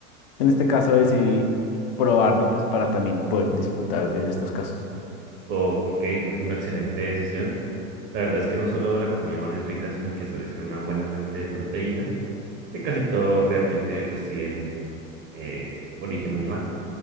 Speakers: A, on the left (about 40°); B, on the right (about 30°).
A: en este caso decidí probarlo pues para también poder disfrutar en estos casos.
B: Ok, es una excelente decisión. La verdad es que no solo la comida de mar es rica, sino que suele ser una buena fuente de proteína, que casi todo realmente reside en eh, origen animal.